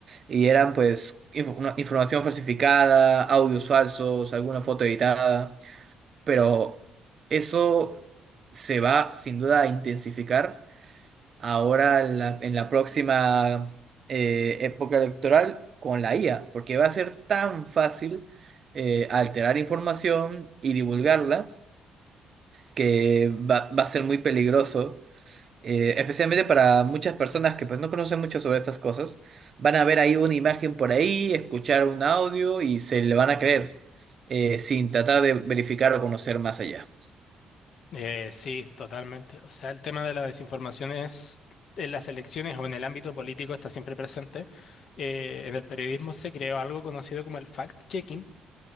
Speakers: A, on the right; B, on the left.
A: Y eran pues inf- una- información falsificada, audios falsos, alguna foto editada, pero eso se va sin duda a intensificar ahora en la, en la próxima eh, época electoral con la IA, porque va a ser tan fácil eh, alterar información y divulgarla que va, va a ser muy peligroso, eh, especialmente para muchas personas que pues no conocen mucho sobre estas cosas, van a ver ahí una imagen por ahí, escuchar un audio y se le van a creer eh, sin tratar de verificar o conocer más allá.
B: Eh, sí, totalmente. O sea, el tema de la desinformación es, en las elecciones o en el ámbito político está siempre presente. Eh, en el periodismo se creó algo conocido como el fact-checking,